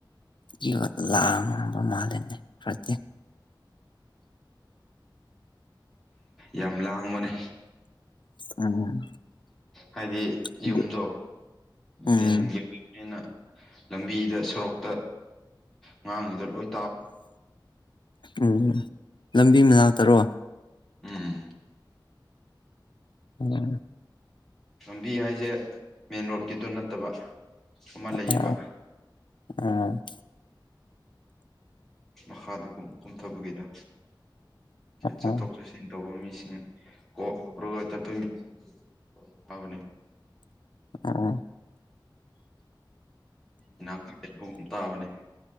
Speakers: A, on the left (about 70°); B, in the centre.
A: ꯌꯝꯅ ꯂꯝꯕ ꯃꯥꯂꯤꯅꯦ <unintelligible>
B: ꯌꯥꯝ ꯂꯥꯡꯕꯅꯦ
A: ꯎꯝ
B: ꯍꯥꯢꯗꯤ
A: ꯑꯗꯨ
B: ꯌꯨꯝꯗꯣ
A: ꯎꯝ
B: ꯇꯤꯟꯒꯤ ꯑꯣꯢꯕꯅꯤꯅ ꯂꯝꯕꯤꯗ ꯁꯣꯔꯣꯛꯇ ꯉꯥꯡꯉꯤꯗꯣ ꯂꯣꯢ
A: ꯎꯝ ꯂꯝꯕꯤ ꯃꯅꯥꯛꯇꯔꯣ
B: ꯎꯝ
A: ꯎꯝ
B: ꯂꯝꯕꯤ ꯍꯥꯢꯖꯦ ꯃꯦꯟ ꯔꯣꯗꯀꯤꯗꯨꯣ ꯅꯠꯇꯕ ꯑꯃ ꯂꯩꯕ
A: ꯑ ꯎꯝ
B: ꯃꯈꯥꯗ ꯀꯨꯝ ꯀꯨꯝꯊꯕꯒꯤꯗꯣ ꯆꯠꯊꯣꯛ
A: ꯑꯣ
B: ꯆꯠꯁꯤꯟ ꯇꯧꯕ ꯃꯤꯁꯤꯡ <unintelligible>
A: <inaudible> ꯎꯝ
B: ꯏꯅꯥꯛꯇ ꯂꯩꯕꯒꯨꯝ ꯇꯥꯕꯅꯦ